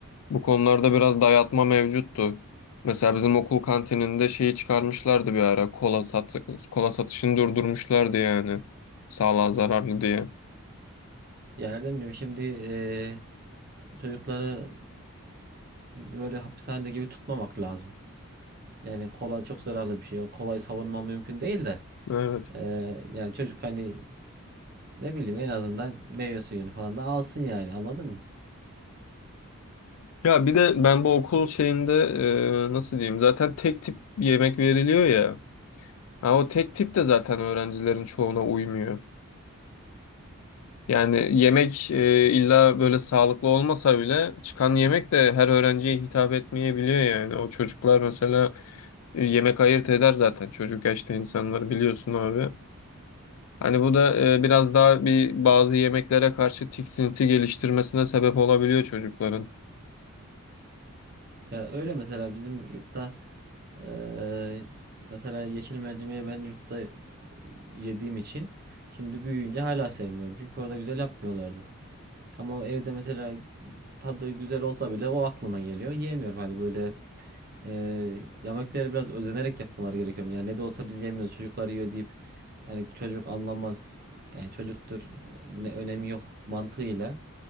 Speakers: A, on the left; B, on the right.
A: Bu konularda biraz dayatma mevcuttu. Mesela bizim okul kantininde şeyi çıkarmışlardı bir ara. Kola sat kola satışını durdurmuşlardı yani. Sağlığa zararlı diye.
B: Ya Erdemciğim şimdi e, çocukları böyle hapishanede gibi tutmamak lazım. Yani kola çok zararlı bir şey. O Kolayı savunma mümkün değil de.
A: Evet.
B: e, yani çocuk hani ne bileyim en azından meyve suyunu falan da alsın yani anladın mı?
A: Ya bir de ben bu okul şeyinde e, nasıl diyeyim? Zaten tek tip yemek veriliyor ya. Ha, o tek tip de zaten öğrencilerin çoğuna uymuyor. Yani yemek e, illa böyle sağlıklı olmasa bile çıkan yemek de her öğrenciye hitap etmeyebiliyor yani. O çocuklar mesela e, yemek ayırt eder zaten çocuk yaşta insanları biliyorsun abi. Hani bu da e, biraz daha bir bazı yemeklere karşı tiksinti geliştirmesine sebep olabiliyor çocukların.
B: Ya öyle mesela bizim yurtta eee, mesela yeşil mercimeği ben yurtta e, yediğim için şimdi büyüyünce hala sevmiyorum. Çünkü orada güzel yapmıyorlardı. Ama evde mesela tadı güzel olsa bile o aklıma geliyor. Yiyemiyorum hani böyle eee yemekleri biraz özenerek yapmaları gerekiyor. Yani ne de olsa biz yemiyoruz çocuklar yiyor deyip yani çocuk anlamaz. Yani çocuktur e, ne önemi yok mantığıyla.